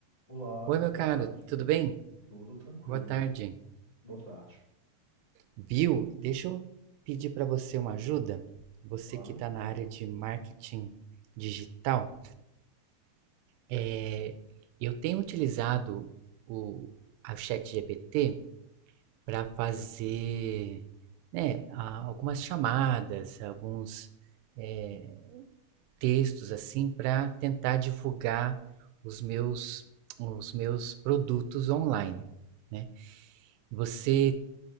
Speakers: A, on the left (about 45°); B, on the right (about 85°).
A: Olá,
B: Oi,
A: boa
B: meu caro,
A: tarde.
B: tudo bem?
A: Tudo tranquilo?
B: Boa tarde.
A: Boa tarde.
B: Viu? Deixa eu pedir para você uma ajuda. Você
A: Claro.
B: que está na área de marketing digital, é, eu tenho utilizado o, a chat GPT para fazer, né, a- algumas chamadas, alguns é, textos assim para tentar divulgar os meus, os meus produtos online, né? Você